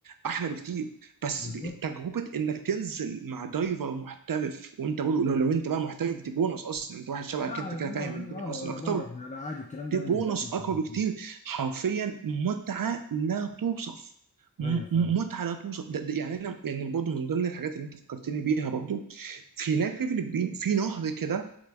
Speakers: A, on the right (about 60°); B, on the left (about 20°).
A: احلى بكتير بس
B: بالظبط
A: ب- تجربه انك تنزل مع دايفر محترف وانت برضه لو, لو انت بقى محترف دي بونص اصلا انت واحد شبهك
B: لا
A: انت
B: أنا
A: كده
B: أنا
A: فاهم الدنيا
B: أنا أه
A: اصلا
B: أنا
A: اكتر
B: بعرف أنا عادي الكلام ده
A: دي
B: بالنسبة
A: بونص
B: لي في
A: اقوى
B: الجحيم
A: بكتير حرفيا متعه لا توصف م-
B: أيوة
A: م-
B: فعلا
A: متعه لا توصف ده ده يعني انا يعني برضه من ضمن الحاجات اللي انت فكرتني بيها برضه في هناك في الفلبين في نهر كده